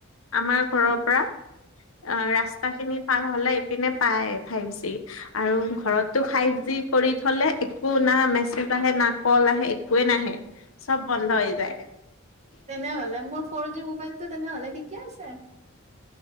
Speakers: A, on the left; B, on the right.
A: আমাৰ
B: উম
A: ঘৰৰ পৰা অ ৰাস্তা খিনি পাৰ হ'লে ইপিনে পায় ফাইভ জি। আৰু ঘৰতো ফাইভ জি কৰি থ'লে। একো না মেছেজ আহে না কল আহে একোৱেই নাহে চব বন্ধ হৈ যায়।
B: তেনেহলে মোৰ ফ'ৰ জি মোবাইল টো তেনেহলে ঠিকে আছে।